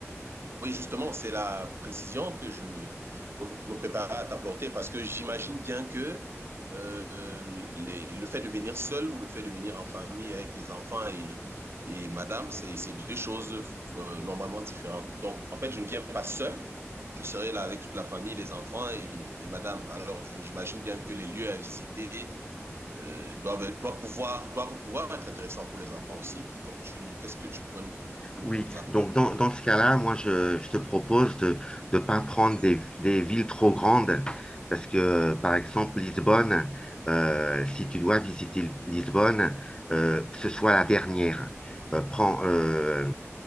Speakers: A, on the right (about 55°); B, on the left (about 15°).
A: Oui, justement, c'est la précision que je me prépare à t'apporter parce que j'imagine bien que euh, les- le fait de venir seul ou le fait de venir en famille avec les enfants et, et madame, c'est c'est deux choses euh, normalement différentes. Donc, en fait, je ne viens pas seul. Je serai là avec toute la famille, les enfants et, et madame. Alors, je- j'imagine bien que les lieux à visiter euh, doivent, être- doivent pouvoir, doivent pouvoir être intéressants pour les enfants aussi. Donc, tu, qu'est-ce que tu pourrais me proposer
B: Oui,
A: comme ça
B: donc dans, dans ce cas-là, moi, je, je te propose de ne pas prendre des, des villes trop grandes parce que, par exemple, Lisbonne, euh, si tu dois visiter Lisbonne, euh, que ce soit la dernière. Euh, prends, euh,